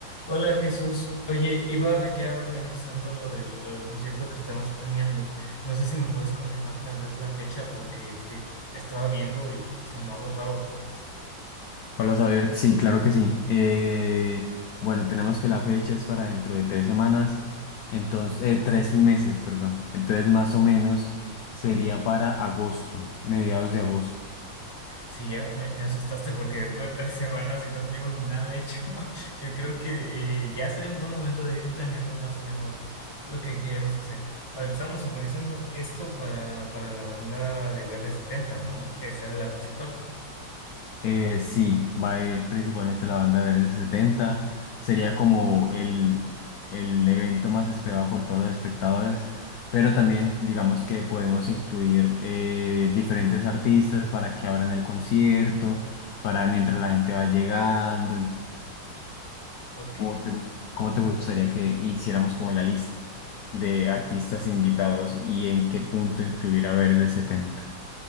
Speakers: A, on the left; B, on the left.
A: Hola Jesús, oye, iba ya organizando lo del, lo del concierto que estábamos planeando. No sé si me puedes confirmar tal vez la fecha porque es que estaba viendo y se me ha borrado.
B: Hola, saber, sí, claro que sí. Eh, bueno, tenemos que la fecha es para dentro de tres semanas, entonces, eh, tres meses, perdón. Entonces, más o menos sería
A: Que-
B: para agosto, mediados de agosto.
A: Sí, ya me, me asustaste porque dentro de tres semanas y no tenemos nada hecho. <laughs> Yo creo que eh, ya sería un buen momento de ir planeando más o menos lo que queríamos hacer. A ver, estamos organizando esto para, para la banda de Verde Setenta, ¿no? Que esa era la principal.
B: Eh, sí, va a ir principalmente la banda Verde setenta, Sería como el, el evento más esperado por todos los espectadores. Pero también, digamos que podemos incluir eh, diferentes artistas para que abran el concierto, para mientras la gente va llegando. Entonces,
A: Ok.
B: ¿cómo te, gu- cómo te gustaría que hiciéramos como la lista de artistas invitados y en qué punto incluir a Verde setenta?